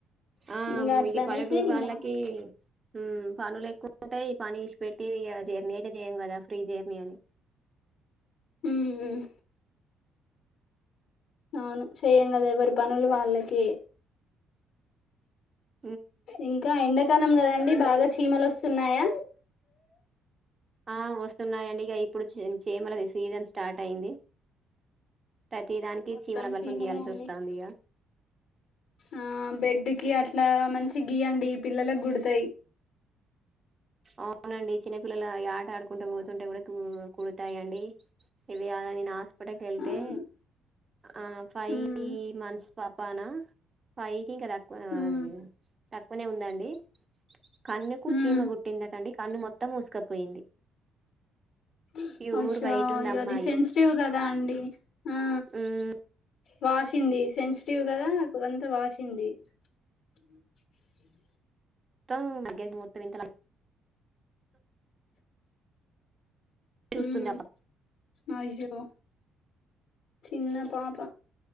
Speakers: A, on the right; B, on the left.
A: ఆ
B: ఇంకా అట్ల
A: ఇ
B: అనేసి
A: పల్లెటూరు వాళ్ళకి
B: ఇంకా
A: మ్ పనులు ఎక్కువ ఉంటయి. పని ఇష్ పెట్టి ఇగ జెర్నీి అయితే చేయం కదా ఫ్రీ జేర్నీి అని
B: హమ్ అవును చెయ్యం కదా ఎవరి పనులు వాళ్ళకే
A: హమ్
B: ఇంకా ఎండాకాలం కదండి బాగా చీమలు వస్తున్నాయా
A: ఆ వస్తున్నాయండి ఇగ ఇప్పుడు చిమలది సీజన్ స్టార్ట్ అయింది ప్రతి దానిక్ కి
B: మొత్తం
A: చీమల బల్పం
B: చీమలే
A: గియాల్స‌ి
B: అండి
A: వస్తందిగా
B: ఆ బెడ్కి అట్లా మంచి గీయండి పిల్లలకి గుడతయి
A: అవునండి చిన్నపిల్లల ఇగ ఆట ఆడుకుంటూ పోతుంటే కూడా కు కుడతాయండి ఇవి అలా నేను హాస్పిటల్కి వెళ్తే
B: అవును
A: ఆ ఫై
B: ఉమ్
A: మంత్స్ పాపానా ఫై కి కరక్ వాల్
B: ఉమ్
A: తక్కువనే ఉందండి కన్నకు
B: ఉమ్
A: చీమ గుట్ పట్టిందటండి కన్ను మొత్తం మూసుకపోయింది
B: మ్మ్
A: ప్యూర్
B: అచ్చా
A: వైట్ ఉంది
B: ఇ
A: అమ్మాయి
B: అది సెన్సిటివ్ కదా అండి ఆ
A: మ్మ్
B: వాషింది సెన్సిటివ్ కదా క్కడ అంత వాసింది మ్మ్ హ్మ్
A: మొత్త మ మొత్తం వింతల లైట్ చూస్తుంది
B: మ్మ్
A: ఆ పాప
B: అయ్యో చిన్న పాప